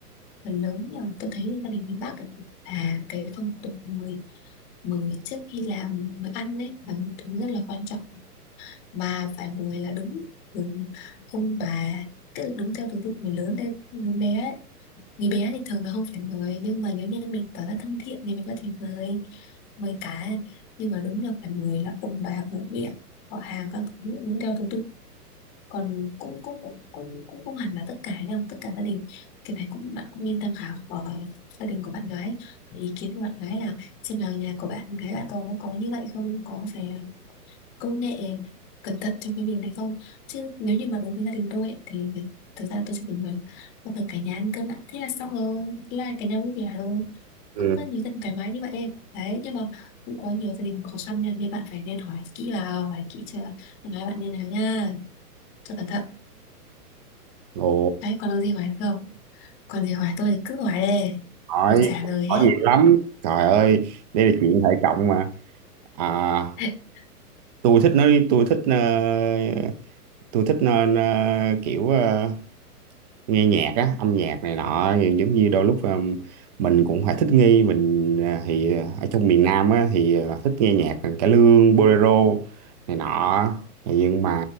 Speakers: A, on the left; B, on the right.
A: phần lớn là tôi thấy gia đình miền Bắc ấy, là cái phong tục mời mời trước khi làm mời ăn đấy là một thứ rất là quan trọng mà phải mời là đúng từ ông bà tức là đúng theo thứ tự người lớn đến người bé ấy. người bé thì thường là không phải mời nhưng mà nếu như mình tỏ ra thân thiện thì mình có thể mời mời cả nhưng mà đúng là phải mời là ông bà mời mẹ họ hàng các thứ đúng theo thứ tự còn cũng cũng cũng cũng, cũng không hẳn là tất cả đâu tất cả gia đình cái này cũng bạn cũng nên tham khảo của gia đình của bạn gái Và ý kiến của bạn gái là xem là nhà của bạn gái bạn có có như vậy không có phải công nghệ cẩn thận trong cái việc này không chứ nếu như mà đối với gia đình tôi ấy, thì thực ra tôi chỉ cần người không cần cả nhà ăn cơm đã thế là xong rồi thế là cả nhà vui vẻ rồi
B: ừ.
A: cũng có nhiều gia đình thoải mái như vậy đấy nhưng mà cũng có nhiều gia đình khó khăn nha nên bạn phải nên hỏi kỹ vào hỏi kỹ chưa nói bạn như nào nha cho cẩn thận
B: Ồ,
A: Đấy, còn được gì hỏi không? Còn gì hỏi tôi thì cứ hỏi đi.
B: hỏi
A: Tôi trả lời hết.
B: hỏi nhiều lắm. Trời ơi, đây là chuyện hệ trọng mà. À,
A: <laughs>
B: tôi thích nói tôi thích ờ, tôi thích ờ, ờ, kiểu ờ, nghe nhạc á, âm nhạc này nọ thì giống như đôi lúc ờ, mình cũng phải thích nghi mình ờ, thì ở trong miền Nam á thì ờ, thích nghe nhạc cải lương, bolero này nọ. Nhưng mà